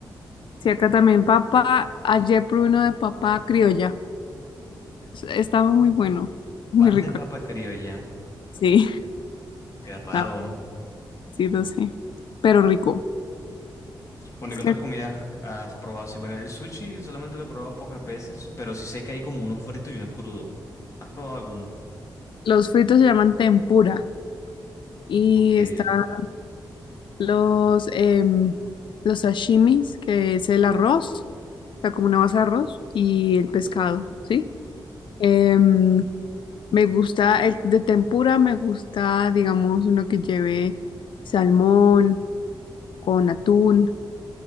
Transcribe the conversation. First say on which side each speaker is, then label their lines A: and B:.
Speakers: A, on the left (about 75°); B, on the left (about 40°).
A: Sí, acá también papa. Ayer probé uno de papa criolla. Es- Estaba muy bueno, muy
B: Pan
A: rico.
B: de papa criolla,
A: Sí,
B: qué raro.
A: <laughs> estaba, sí, lo sé. Pero rico.
B: Bueno,
A: Es
B: ¿qué
A: que
B: otras comidas has probado? Sí, bueno, el sushi solamente lo he probado pocas veces, pero sí sé que hay como uno frito y uno crudo. ¿Has probado alguno?
A: los fritos se llaman tempura. Y
B: Porque
A: están los, em, los sashimis, que es el arroz, o sea, como una base de arroz, y el pescado, ¿sí? Em, me gusta el de tempura, me gusta, digamos, uno que lleve salmón con atún,